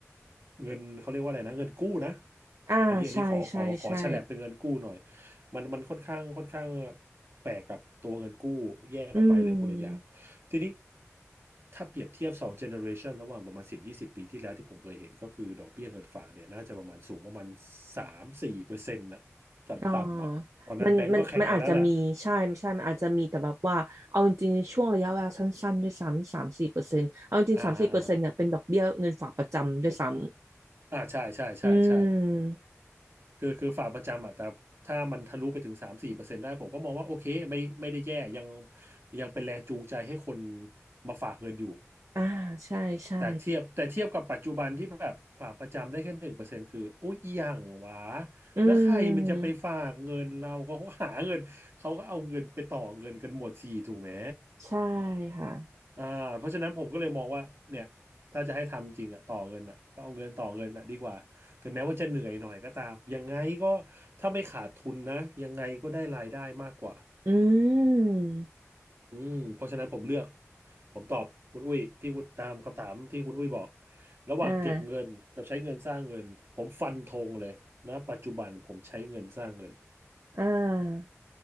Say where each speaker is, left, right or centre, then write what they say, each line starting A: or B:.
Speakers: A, on the right; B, on the right.
A: เงินเขาเรียกว่าอะไรนะเงินกู้นะ
B: อ่าใช่ใช่ใช่
A: อันนี้อันนี้ขอขอขอฉลับเป็นเงินกู้หน่อยมันมันค่อนข้างค่อนข้างแปลกกับตัวเงินกู้แยกออกไปเลยคนละอย่าง
B: อืม
A: ทีนี้ถ้าเปรียบเทียบสองเจเนอเรชันระหว่างประมาณสิบยี่สิบปีที่แล้วที่ผมเคยเห็นก็คือดอกเบี้ยเงินฝากเนี่ยน่าจะประมาณสูงประมาณสามสี่เปอร์เซ็นต์นะต่ำๆอ่ะตอนนั้นแบงก์ก็แข่งกันแล้วแหละ
B: อ๋อมันมันมันอาจจะมีใช่ไม่ใช่มันอาจจะมีแต่แบบว่าเอาจริงๆช่วงระยะเวลาสั้นๆด้วยซ้ำสามสี่เปอร์เซ็นต์เอาจริงสามสี่เปอร์เซ็นต์เนี่ยเป็นดอกเบี้ยเงินฝากประจำด้วยซ้ำ
A: อ่าอ่าอ่าอ่าใช่ใช่ใช่ใช่
B: อืม
A: คือคือฝากประจำอ่ะแต่ถ้ามันทะลุไปถึงสามสี่เปอร์เซ็นต์ได้ผมก็มองว่าโอเคไม่ไม่ได้แย่ยังยังเป็นแรงจูงใจให้คนมาฝากเงินอยู่
B: อ่าใช่ใช่
A: แต่เทียบแต่เทียบกับปัจจุบันที่แบบฝากประจำได้แค่หนึ่งเปอร์เซ็นต์คืออุ้ยอหย่างหวะ
B: อื
A: แล้วใครมันจะไปฝากเงินเราก็เขาหาเงินเขาก็เอาเงินไปต่อเงินกันหมดสี่ถูกไหม
B: มใช่ค่ะ
A: อ่าเพราะฉะนั้นผมก็เลยมองว่าเนี่ยถ้าจะให้ทำจริงอะต่อเงินอะก็เอาเงินต่อเงินอะดีกว่าถึงแม้ว่าจะเหนื่อยหน่อยก็ตามยังไงก็ถ้าไม่ขาดทุนนะยังไงก็ได้รายได้มากกว่า
B: อืม
A: อืมเพราะฉะนั้นผมเลือกผมตอบคุณอุ้ยที่คุณตามคำถามที่คุณอุ้ยบอกระหว่างเก็บเงินกับใช้เงินสร้างเงินผมฟันธงเลยนะปัจจุบันผมใช้เงินสร้างเงิน
B: อ่าอ่า